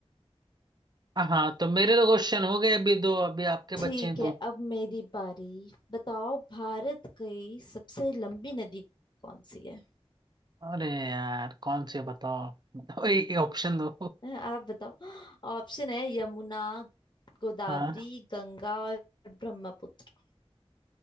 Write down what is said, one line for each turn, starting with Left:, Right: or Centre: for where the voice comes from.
Right: हाँ तो मेरे तो क्वेश्चन हो गए अभी दो अभी आपके
Left: ठीक
Right: बच्चे हैं दो
Left: है अब मेरी बारी बताओ भारत की सबसे लंबी नदी कौन सी है
Right: अरे यार कौन से बताओ बताओ ये ऑप्शन दो
Left: आप बताओ ऑप्शन है यमुना गोदावरी
Right: हाँ
Left: गंगा और ब्रह्मपुत्र